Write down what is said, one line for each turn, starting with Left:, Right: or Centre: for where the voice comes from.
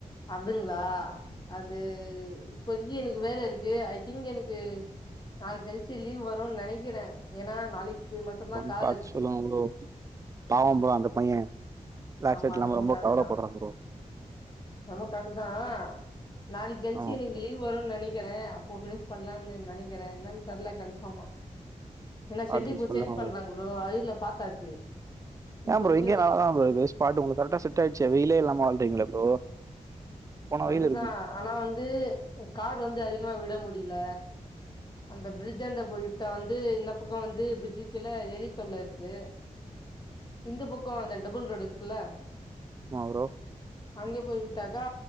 Left: அப்டிங்ளா அது இப்போதக்கு எனக்கு வேலை இருக்கு ஐ திங்க் எனக்கு நாள் கழிச்சு லீவ் வருன் நெனைக்கிறே ஏன்னா நாளைக் கு மட்டுந்தா
Right: கொஞ்சம்
Left: காரு
Right: பாத்து
Left: இருக்கு
Right: சொல்லுங்க ப்ரோ. பாவம் ப்ரோ அந்த பையன் லாக்
Left: ஆமா
Right: செட்
Left: அதென்னமோ
Right: இல்லாம ரொம்ப
Left: கரெட்டுதா
Right: கவலைப்படுறான் ப்ரோ.
Left: என்னமோ கரட்டுதா நாளைக் கழிச்சு
Right: ஆமா
Left: இன்னைக்கி
Right: ப்ரோ.
Left: வரும்னு நெனைக்கிறே அப்போ பிரெ பண்லான்னு நெனைக்கிறே என்னன்னு தெர்ல கன்ஃபார்மா ஏன்னா
Right: பாத்துட்டு
Left: ஷெட் இப்ப
Right: சொல்லுங்க
Left: சேஞ்ச் பண்றாங்க ப்ரோ அது இல பாத்தாச்சு
Right: ஏ
Left: இப்போதைக்கு
Right: ஃப்ரோ இங்கையே நல்லாதா ப்ரோ இருக்கு ஸ்பாட்டு உங்களுக்கு கரக்டா செட் ஆயிடுச்சே வெயிலே இல்லாம வாழ்றீங்களா ப்ரோ போனா
Left: கரெட்டுதா
Right: வெயில் இருக்குமா
Left: ஆனா வந்து கார் வந்து அதிகமா விட முடில அந்த பிரிட்ஜ் ஆண்ட போய் விட்டா வந்து இந்த பக்க வந்து பிரிட்ஜுக்கு கீழ எலி தொல்ல இருக்கு இந்த பக்க அந்த டபுள் ரோடு் இருக்குல்ல
Right: ஆமா ப்ரோ
Left: அங்க போய் விட் ட்டக்கா